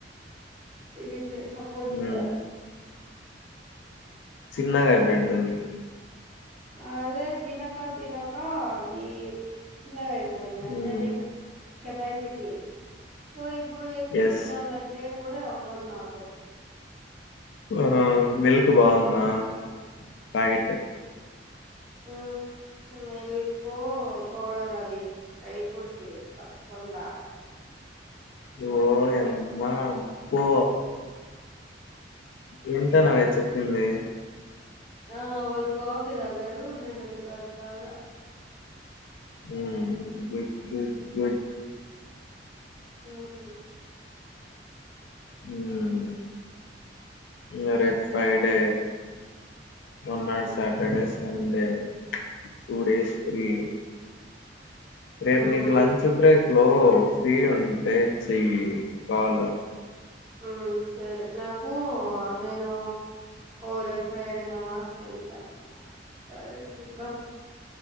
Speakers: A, on the right; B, on the left.
A: ఇది చే సపోర్ట్
B: మ్మ్
A: చేయలి
B: చిన్నగా అయిబయి ఉంటుంది
A: అదే తినక తినక అది చిన్నగయ్ పోయింది అంటే
B: మ్మ్
A: లైక్ కెపాసిటీ సో ఇప్పుడు ఎక్కువ
B: ఎస్
A: తినాలంటే కూడా అవ్వదు నాతో
B: ఓహో మిల్క్ బాగుందా ప్యాకెటు
A: హు మెల్కు పౌడర్ అది డ్రై ఫ్రూట్ ది కొండా గా
B: ఓ యమ్మా బో వింటానవే చెప్పింది
A: ఆ వాళ్ళు కాఫీ తాగారు నేను ఇంకా తాగా
B: హు గుడ్ గుడ్ గుడ్
A: హ్ హు
B: హ్ ఇంగ రేప్ ఫ్రైడే మరునాడు
A: ఉమ్
B: Saturday, Sunday two days
A: హ్మ్
B: free రేపు
A: హ్మ్
B: నీకు లంచ్ బ్రేక్ లో ఫ్రీ ఉంటే చెయ్యి కాల్
A: ఆ సరే నాకు నేను ఓ రే ఫ్రైడే నమాజ్ కెల్తానేమో సరే చూద్దాం